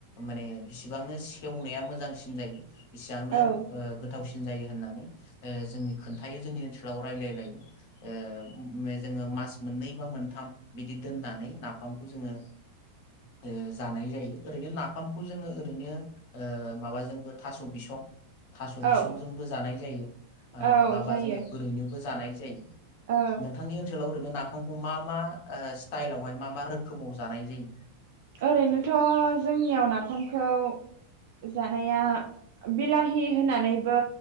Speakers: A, on the left; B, on the right.
A: माने बिसिबांनो खेवनाया मोजांसिन जायो। इसांनो
B: औ
A: ओ गोथावसिन जायो होननानै जोंनो खोन्थायो जोंनि ओनसोलाव रायलायलायो ओ जोङो मास मोननै बा मोनथाम बिदि दोननानै नाफामखौ जोङो ओ जानाय जायो ओरैनो नाफामखौ जोङो ओरैनो ओ माबाजोंबो थास' बिसं थास'
B: औ
A: बिसंजोंबो जानाय जायो।
B: औ
A: मालाबा
B: जायो
A: जोङो ओरैनो बो जानाय जायो।
B: औ
A: नोंथांनि ओनसोलाव ओरैनो ना नाफामखौ मा मा स्टाइलावहाय मा मा रोखोमाव जानाय जायो?
B: ओरैनोथ' जोंनियाव नाफामखौ जानाया बिलाहि होनानैबो